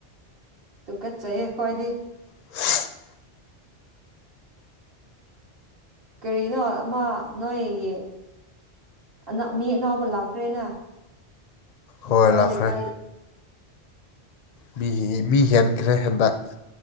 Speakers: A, on the right; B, on the left.
A: ꯇꯨꯀꯠꯆꯩꯌꯦ ꯑꯩꯈꯣꯏꯗꯤ
B: <unintelligible>
A: ꯀꯔꯤꯅꯣ ꯑꯃ ꯅꯣꯏꯒꯤ ꯑ <unintelligible> ꯃꯤ ꯑꯅꯥꯎꯕ ꯂꯥꯛꯈ꯭ꯔꯦꯅ
B: ꯍꯣꯏ
A: ꯅꯣꯏ
B: ꯂꯥꯛꯈ꯭ꯔꯦ
A: ꯂꯩꯀꯥꯏ
B: ꯃꯤ ꯃꯤ ꯍꯦꯟꯈ꯭ꯔꯦ ꯍꯟꯗꯛ